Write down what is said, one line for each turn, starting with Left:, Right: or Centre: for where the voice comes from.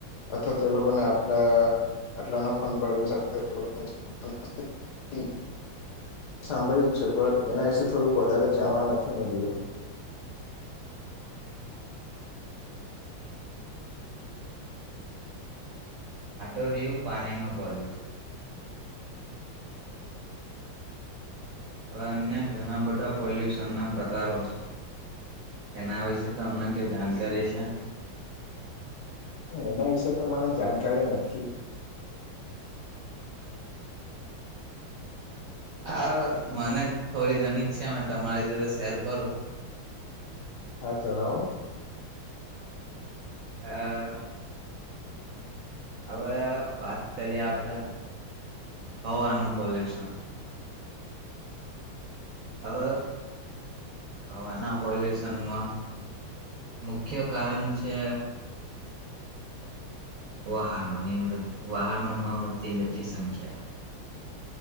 Left: અથવા તે લોકોને આપણા. એટલા ન ફ ભાઈયો ની સાથે સાંભળ્યું છે પણ એના વિષ થોડુંક વધારે. જાણવા નથી મલ્યું.
Right: આ તો રિયુ પાણીનું પોલ્યૂશન હવે અન્ય ઘણા બધા. પોલ્યુશનના પ્રકારો છે એના વિશે તમને કે જાણકારી છે.
Left: એના વિશેે તો મને જાણકારી નથી.
Right: આ મને. થોડી ઘણી છે અમે તમારી જોડે શેર કરો
Left: હા જણાવો
Right: <inaudible> હવે વાત કરીએ આપડે હવાનું પોલ્યુશન હવે હવાના પોલ્યુશનમાં મુખ્ય કારણ છે. વાહા નો વૃદધ વાહનોમાં વધતી જટી સંખ્યા